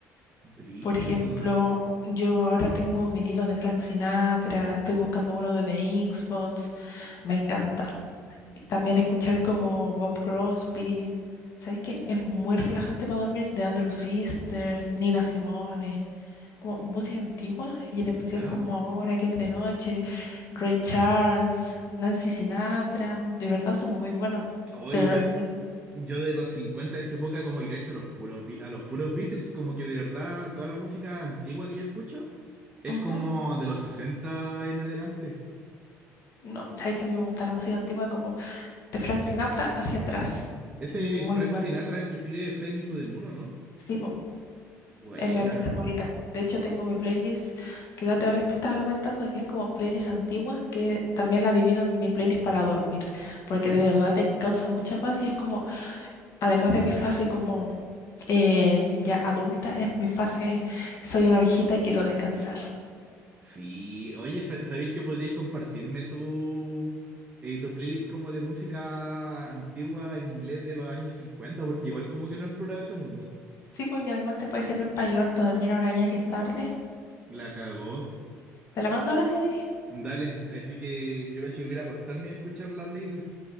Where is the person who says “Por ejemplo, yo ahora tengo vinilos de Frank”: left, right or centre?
Left